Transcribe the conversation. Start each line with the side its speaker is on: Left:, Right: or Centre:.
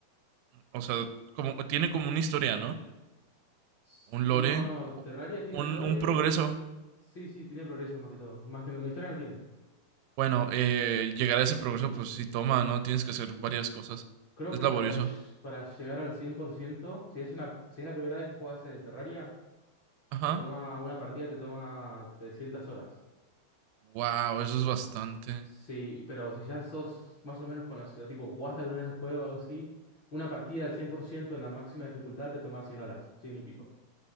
Right: o sea, como tiene como una historia, ¿no?
Left: S-
Right: Un
Left: No,
Right: lore,
Left: no,
Right: o- o
Left: Terraria tiene
Right: un,
Left: lore.
Right: un progreso.
Left: Sí, sí, tiene progreso más que todo. Más que no, no, historia no tiene.
Right: Bueno, eh, llegar a ese progreso, pues sí toma, ¿no? Tienes que hacer varias cosas.
Left: Creo
Right: Es
Left: que
Right: laborioso.
Left: para, ll- para llegar al 100% si es una, si es la primera vez que juegas eh, Terraria,
Right: Ajá.
Left: te toma una partida te toma 300 horas.
Right: Wow, eso es bastante.
Left: Sí, pero si ya sos más o menos conocido, tipo, jugaste alguna vez el juego o algo así, una partida al 100% en la máxima dificultad te toma 100 horas, 100 y pico.